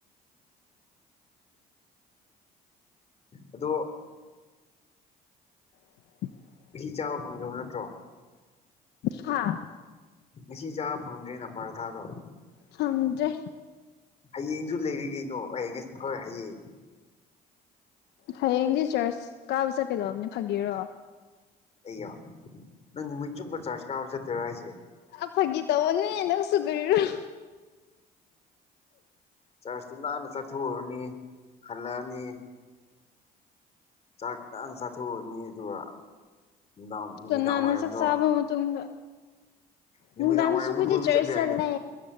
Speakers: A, on the left (about 40°); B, on the left (about 80°).
A: ꯑꯗꯣ
B: <inaudible>
A: ꯃꯍꯤ ꯆꯥꯕ ꯐꯪꯗꯕ ꯅꯠꯇ꯭ꯔꯣ?
B: ꯍꯥꯥ
A: ꯉꯁꯤ ꯆꯥꯕ ꯐꯪꯗ꯭ꯔꯦꯅ ꯄꯔꯊꯥꯗꯣ
B: ꯐꯉꯥꯗꯔꯦ꯫
A: ꯍꯌꯦꯡꯁꯨ ꯂꯩꯔꯤ ꯀꯩꯅꯣ ꯍꯣꯏ ꯍꯌꯦꯡ꯫
B: ꯍꯌꯦꯡꯗꯤ ꯆꯔꯁ ꯀꯥꯕꯁꯠ ꯀꯩꯗꯕꯅꯦ ꯐꯪꯒꯤꯔꯣ꯫
A: ꯑꯩꯌꯥ ꯅꯪ ꯅꯨꯃꯤꯠ ꯆꯨꯝꯕ ꯆꯥꯔꯖ ꯀꯥꯕ ꯆꯠꯇꯣꯏꯔꫭ ꯍꯥꯏꯁꯤ꯫
B: ꯑꯗꯨ ꯐꯥꯒꯤ ꯇꯧꯕꯅꯤ ꯅꯪꯁꯨ ꯀꯔꯤꯔ‌ꫭ꯫
A: ꯆꯔꯖꯇꯤ ꯅꯥꯟꯅ ꯆꯠꯊꯣꯛꯎꯔꯅꯤ ꯍꯜꯂꯛꯑꯅꯤ ꯆꯥꯛ ꯇꯥꯅ ꯆꯥꯊꯣꯛꯑꯅꯤ ꯑꯗꯨꯒ ꯅꯨꯡꯗꯥꯡ ꯅꯨꯃꯤꯗꯥꯡ
B: ꯀꯥꯅꯅ
A: ꯋꯥꯏꯔꯝꯗꯣ
B: ꯆꯥꯛ ꯆꯥꯕ ꯃꯇꯨꯡꯗ
A: ꯅꯨꯃꯤꯗꯥꯡ
B: ꯅꯨꯡꯗꯥꯡꯗꯁꯨ
A: ꯋꯥꯏꯔꯝꯗ
B: ꯑꯈꫭꯏꯗꯤ
A: ꯀꯣꯏꯕ
B: ꯆꯔꯖ
A: ꯆꯠꯄ ꯌꯥꯔꯦ
B: ꯆꯠꯂ‌ꯦ
A: ꯀꯩꯅꯣ